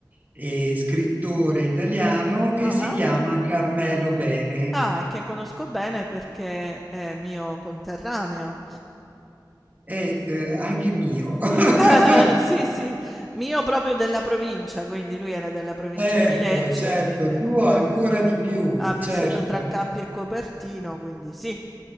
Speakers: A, on the right; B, in the centre.
A: e scrittore italiano che
B: Ah,
A: si chiama Carmelo Bene.
B: ah, che conosco bene perché è mio conterraneo.
A: È eh, anche mio. <laughs>
B: <laughs> Sì, sì, mio proprio della provincia, quindi lui era della provincia
A: Certo,
B: di Lecce,
A: certo,
B: quindi eh,
A: tuo ancora di più,
B: ha vissuto
A: certo.
B: tra Campi e Copertino, quindi sì.